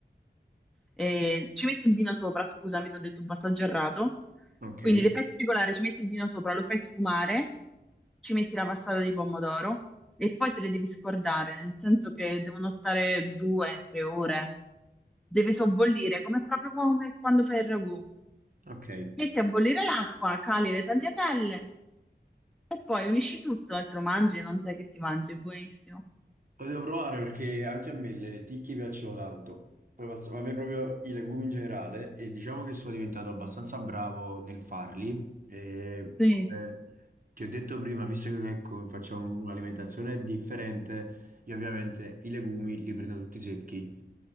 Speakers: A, in the centre; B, on the right (about 50°).
A: Eh, ci metti il vino sopra, scusami, ti ho detto un passaggio errato.
B: ok,
A: Quindi le fai spigolare, ci metti il vino sopra, lo fai sfumare, ci metti la passata di pomodoro e poi te le devi scordare, nel senso che devono stare due, tre ore. Deve sobbollire, come proprio come quando fai il ragù.
B: ok.
A: Metti a bollire l'acqua, cali le tagliatelle e poi unisci tutto e te lo mangi, non sai che ti mangi, è buonissimo.
B: Lo devo provare perché anche a me le lenticchie piacciono tanto. Poi passo- a me proprio i legumi in generale e diciamo che sono diventato abbastanza bravo nel farli. E
A: Sì.
B: come ti ho detto prima, visto che ecco, facciamo un'alimentazione differente, io ovviamente i legumi li prendo tutti secchi